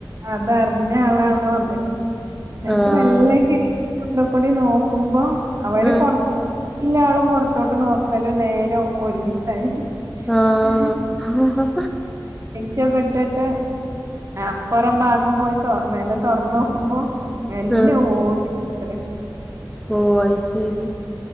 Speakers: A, on the right (about 40°); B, in the centre.
A: അത അറിഞ്ഞ ആളാണ് വന്നികണ് എന്നിട്ട്
B: ആഹ്
A: മെല്ലെ അവിടെ കൂടി നോക്കുമ്പോ അവര്
B: ആഹ്
A: പൊറത്ത എല്ല ആളും പുറത്തോട്ട് നോക്കല് നേരം ഒരുമിച്ചായി
B: ആഹ്
A: ആ കുക്കെ ഇട്ടിട്ട് അപ്പുറം ഭാഗം പോയി മേലെ തുറന്ന് നോക്കുമ്പോ ന്ല്ലഓ
B: ആഹ്
A: ത്രം
B: ഓ അത്ശരി